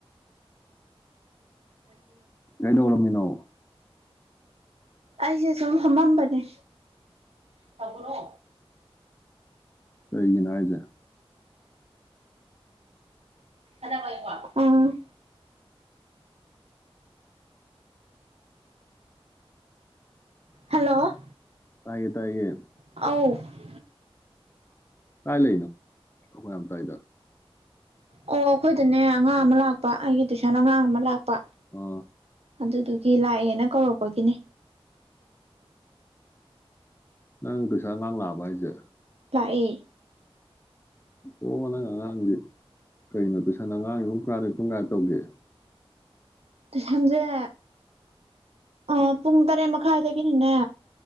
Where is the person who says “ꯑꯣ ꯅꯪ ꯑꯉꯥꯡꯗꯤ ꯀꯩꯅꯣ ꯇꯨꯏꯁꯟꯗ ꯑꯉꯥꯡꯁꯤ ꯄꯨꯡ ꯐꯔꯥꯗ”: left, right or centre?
Left